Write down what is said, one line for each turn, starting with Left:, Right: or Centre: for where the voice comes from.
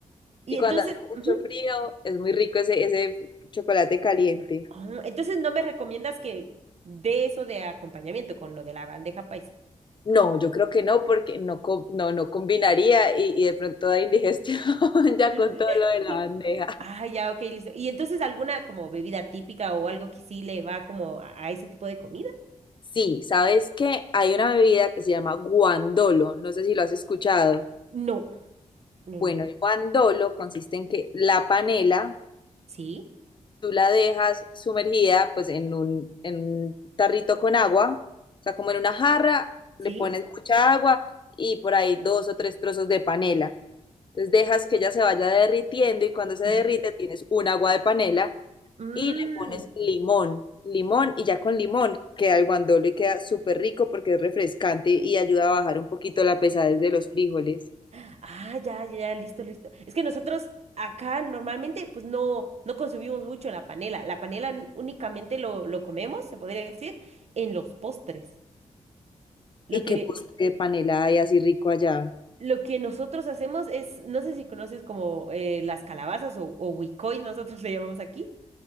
Right: Y
Left: Y cuando
Right: entonces,
Left: hace mucho
Right: ujú.
Left: frío, es muy rico ese, ese chocolate caliente.
Right: Oh, entonces no me recomiendas que dé eso de acompañamiento con lo de la bandeja paisa.
Left: No, yo creo que no, porque no, co- no, no combinaría y, y de pronto da indigestión <laughs> ya
Right: <laughs>
Left: con todo lo de la bandeja.
Right: Ah, ya, ok, listo. ¿Y entonces alguna como bebida típica o algo que sí le va como a, a ese tipo de comida?
Left: Sí, ¿sabes qué? Hay una bebida que se llama guandolo, no sé si lo has escuchado.
Right: No. Mm,
Left: Bueno, el guandolo consiste en que la panela
Right: ¿Sí?
Left: tú la dejas sumergida pues en un, en un tarrito con agua, o sea, como en una jarra,
Right: ¿Sí?
Left: le pones mucha agua y por ahí dos o tres trozos de panela. Entonces dejas que ella se vaya derritiendo y cuando se
Right: Ujú.
Left: derrite tienes un agua de panela
Right: Mm,
Left: y le pones limón, limón y ya con limón queda el guandolo y queda súper rico porque es refrescante y ayuda a bajar un poquito la pesadez de los frijoles.
Right: Ah, ya, ya, ya, listo, listo. Es que nosotros acá normalmente pues no, no consumimos mucho la panela. La panela n- únicamente lo, lo comemos, se podría decir, en los postres. Lo
Left: ¿Y
Right: que,
Left: qué postre de panela hay así rico allá?
Right: lo que nosotros hacemos es, no sé si conoces como eh, las calabazas o, o huicoy, nosotros le llamamos aquí.